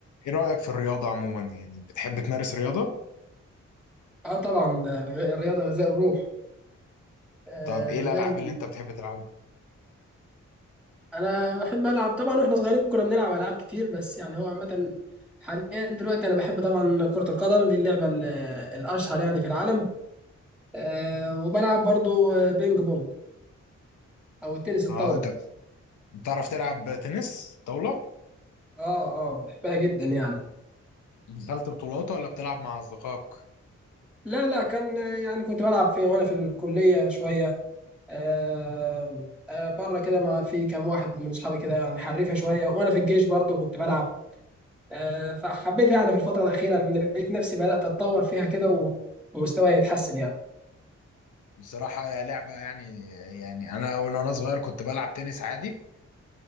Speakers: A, on the left; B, in the centre.
A: ايه رأيك في الرياضة عموما يعني بتحب تمارس رياضة
B: اه طبعا ده الغ- الرياضه غذاء الروح آه
A: طب ايه الألعاب
B: دايما
A: اللي انت بتحب تلعبها
B: انا بحب العب طبعا واحنا صغيرين كنا بنلعب العاب كتير بس يعني هو عامه حاليا دلوقتي انا بحب طبعا كره القدم دي اللعبه ال- الاشهر يعني في العالم آه وبلعب برضو آه، بينج بونج او التنس الطاوله
A: اه انت بتعرف تلعب تنس طاولة
B: اه اه بحبها جدا يعني
A: دخلت بطولات ولا بتلعب مع أصدقائك
B: لا لا كان آه، يعني كنت بلعب في وانا في الكليه شويه آه آه بره كده مع في كام واحد من اصحابي كده يعني حريفه شويه وانا في الجيش برضو كنت بلعب آه، فحبيتها يعني في الفترة الأخيرة لأن لقيت نفسي بدأت أتطور فيها كده و- ومستواي يتحسن يعني
A: بصراحة يا لعبة يعني يعني انا من وانا صغير كنت بلعب تنس عادي